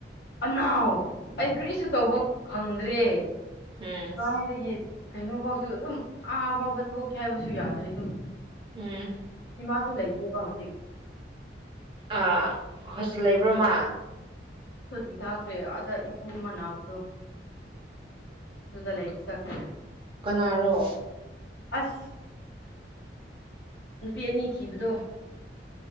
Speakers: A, on the left; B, on the right.
A: ꯑꯅꯥꯎ ꯑꯩ ꯀꯔꯤꯁꯨ ꯇꯧꯕ ꯐꯪꯗ꯭ꯔꯦ
B: ꯎꯝ
A: ꯑꯗꯒꯤ ꯀꯩꯅꯣꯐꯧ ꯨ ꯗꯨ ꯑꯗꯨꯝ ꯑꯥ ꯐꯥꯎꯕ ꯊꯣꯛꯀꯦ ꯍꯥꯏꯕꯁꯨ ꯌꯥꯗ꯭ꯔꯦ ꯗꯨꯝ
B: ꯎꯝ
A: ꯏꯃꯥꯁꯨ ꯂꯩꯇꯦꯕ ꯍꯧꯖꯤꯛ
B: ꯑ ꯍꯣꯁꯤꯜ ꯂꯩꯕꯔꯥ ꯃꯥꯥ
A: ꯏ ꯊꯥꯈ꯭ꯔꯦ ꯑꯥꯗ ꯏꯄꯨ ꯑꯃ ꯅꯥꯕꯗꯣ ꯗꯨꯗꯥ ꯂꯩꯕꯤ ꯆꯈꯔ꯭ꯦ
B: ꯀꯅꯥꯔꯣ
A: ꯑꯁ ꯅꯨꯄꯤ ꯑꯅꯤ ꯊꯤꯕꯗꯣ